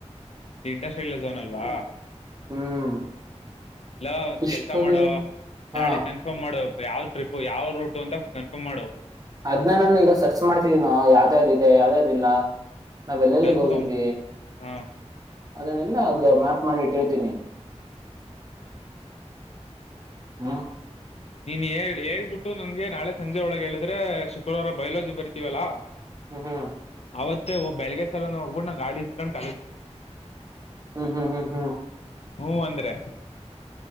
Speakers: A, on the left; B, on the right.
A: ಇ ಇಂಡಸ್ಟ್ರಿಯಲ್ ಝೋನ್ ಅಲ್ವಾ.
B: ಹ್ಮ್.
A: ಇಲ್ಲ
B: ಪುಷ್ಪಗಿರಿ
A: ಕೆಲ್ಸ ಮಾಡುವ ನಾಳೆ
B: ಹಾ
A: ಕನ್ಫರ್ಮ್ ಮಾಡುವ. ಯಾವ್ ಟ್ರಿಪ್ು ಯಾವ್ ರೂಟ ಅಂತ ಕನ್ಫರ್ಮ್ ಮಾಡು.
B: ಅದ್ನ ನಾನು ಈಗ ಸರ್ಚ್ ಮಾಡ್ತಿದೀನೋ ಯಾವ್ದ್ದ ಇದೆ ಯಾವ್ದ್ಯಾವ್ದಿಲ್ಲ. ನಾವೆಲ್ಲೆಲ್ಲಿಗೆ
A: ಕನ್ಫರ್ಮ್
B: ಹೋಗಿದ್ವಿ
A: ಹಾ
B: ಅದನ್ನೆಲ್ಲ ಮ್ಯಾಪ್ ಮಾಡಿ ಇಟ್ಟಿರ್ತೀನಿ.
A: ಹ್ಮ್
B: ಹ್ಮ.
A: ನೀನ್ ಹೇಳ ಹೇಳ್ಬಿಟ್ಟು ನನ್ಗೆ ನಾಳೆ ಸಂಜೆ ಒಳಗೆ ಹೇಳಿದ್ರೆ ಶುಕ್ರವಾರ ಬಯೋಲಜಿ ಬರಿತೀವಲ್ಲಾ.
B: ಹ್ಮ ಹ್ಮ್.
A: ಅವತ್ತ ಹ ಬೆಳಗ್ಗೆ ಸ್ಲಾನ ಹೋಗಬಿಟ್ಟ ನ ಗಾಡಿಸ್ೊಂಡ
B: ಹ್ಮ್ ಹ್ಮ್ ಹ್ಮ್ ಹ್ಮ್.
A: ಹ್ಮ ಅಂದ್ರೆ.